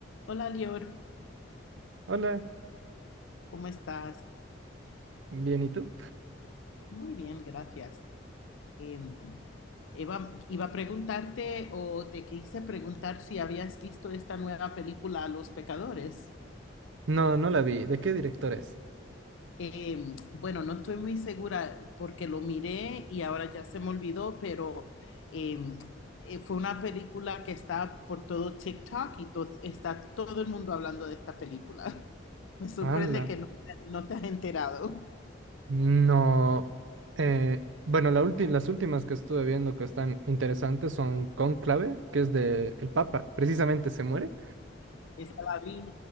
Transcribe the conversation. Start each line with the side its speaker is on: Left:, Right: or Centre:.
Left: Hola, Lior,
Right: Hola,
Left: ¿cómo estás?
Right: bien, ¿y tú?
Left: Muy bien, gracias. Em, Eva, iba a preguntarte o te quise preguntar si habías visto esta nueva película, Los Pecadores.
Right: No, no la vi. ¿De qué director es?
Left: Em, bueno, no estoy muy segura porque lo miré y ahora ya se me olvidó, pero em, eh, fue una película que está por todo TikTok y to- está todo el mundo hablando de esta película. <laughs> Me sorprende
Right: Hola.
Left: que no, no te has enterado.
Right: No. eh, bueno, la ulti- las últimas que estuve viendo que están interesantes son Cónclave, que es de el Papa. Precisamente se muere.
Left: Esa la vi.